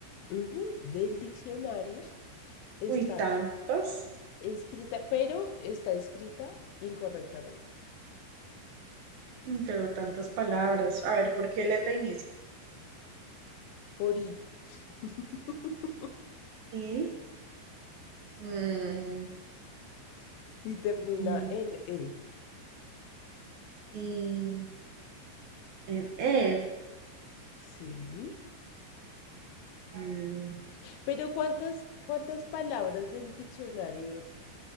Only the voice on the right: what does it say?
Uy, tantas,
mm, pero tantas palabras. A ver, ¿por qué letra inicia?
i mm,
y,
y, en E.
Mm,